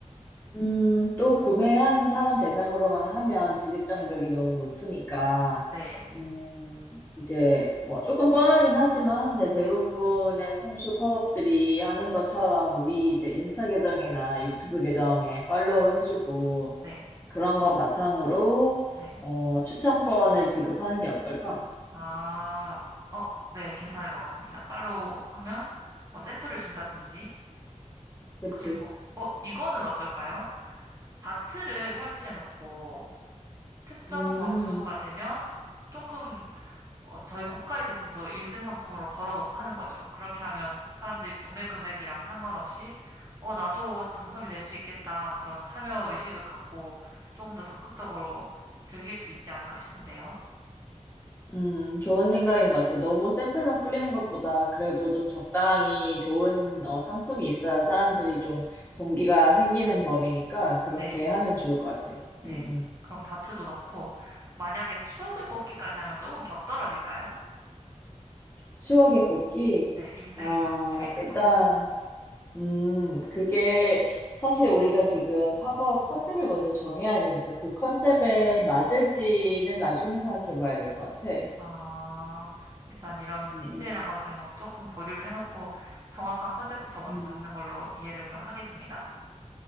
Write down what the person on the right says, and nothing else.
네.
네,
네,
네,
네.
아, 어, 네, 괜찮을 것 같습니다. 팔로우 하면 뭐 샘플을 준다든지,
그리고, 어, 이거는 어떨까요? 다트를 설치해 놓고 특정
점수가 되면 조금 어, 저희 고가의 제품도 1등 상품으로 걸어놓고 하는 거죠. 그렇게 하면 사람들이 구매 금액이랑 상관없이, 어, 나도 당첨이 될 수 있겠다. 그런 참여 의식을 갖고 조금 더 적극적으로 즐길 수 있지 않을까 싶은데요.
네,
네.
그럼 다트도 넣고, 만약에 추억을 뽑기까지 하면 조금 격떨어질까요?
네, 1등,
2등 적혀 있는
거.
아, 일단 이런
디테일한 것들은 그럼 조금 보류를 해놓고 정확한 컨셉부터 먼저
잡는
걸로 이해를 그럼 하겠습니다.